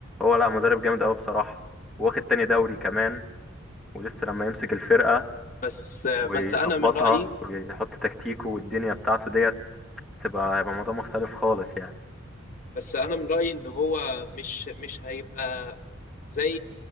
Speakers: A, in the centre; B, on the left.
A: لا مدرب جامد أوي بصراحة واخد تاني دوري كمان ولسه لما يمسك الفرقة
B: بس آه،
A: ويظبطها
B: بس انا من رايي
A: ويحط تكتيكه والدنيا بتاعته ديت تبقى هيبقى موضوع مختلف خالص يعني
B: بس انا من رايي ان هو مش مش هيبقى زي